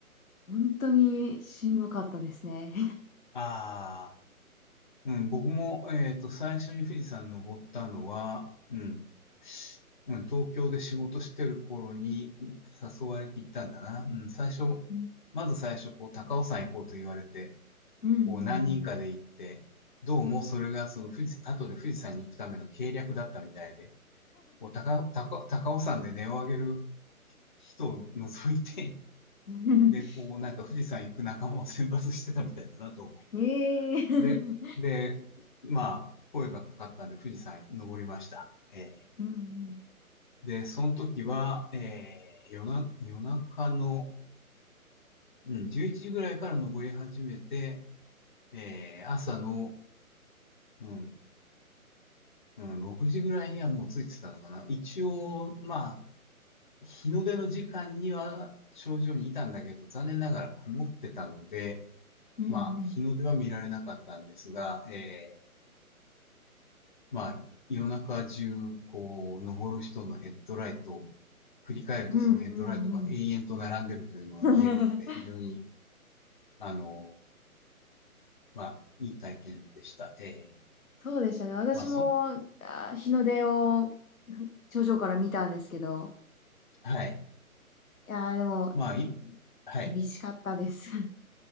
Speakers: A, on the left; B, on the left.
A: 本当にしんどかったですね。
B: ああ。うん、僕も、えっと、最初に富士山登ったのは、うん、うん、東京で仕事してる頃に誘われて行ったんだな。うん、最初、
A: うん、
B: まず最初、こう、高尾山行こうと言われて、
A: うん、うん。
B: こう、何人かで行って、どうもそれが、その富士、後で富士山に行くための計略だったみたいで、こう、高、高、高尾山で音を上げる人を除いて、
A: うん
B: で、
A: <laughs>
B: こう、なんか富士山行く仲間を選抜してたみたいだなと
A: ええ
B: で、で、まあ、声がかかったんで富士山登りました。えー
A: うん、
B: で、その時は、えー夜な、夜中の、うん、11時ぐらいから登り始めて、えー朝の、うん、うん、6時ぐらいにはもう着いてたのかな。一応、まあ、日の出の時間には頂上にいたんだけど、残念ながら曇ってたので、
A: うん、うん、
B: まあ、日の出は見られなかったんですが、えーまあ、夜中中、こう、登る人のヘッドライトを振り返るとそのヘッドライトが永遠と並んでるというのが見えるので、
A: うん、うん、うんうんうんうんうん <laughs>
B: 非常に、あの、まあ、いい体験でした。ええ
A: そうでしたね。私も、
B: まあ、そ、
A: あー、日の出をふ頂上から見たんですけど、
B: はい。
A: いやーでも、
B: まあ、い、はい。
A: 厳しかったです。<laughs>